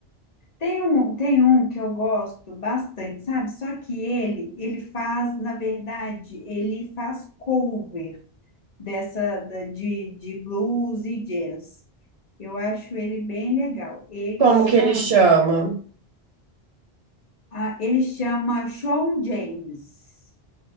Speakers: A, on the left (about 45°); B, on the right (about 80°).
A: tem um, tem um que eu gosto bastante, sabe? Só que ele, ele faz, na verdade, ele faz cover. dessa da- de, de blues e jazz. Eu acho ele bem legal. Ele
B: como
A: chama,
B: que ele chama?
A: ah, ele chama Shawn James.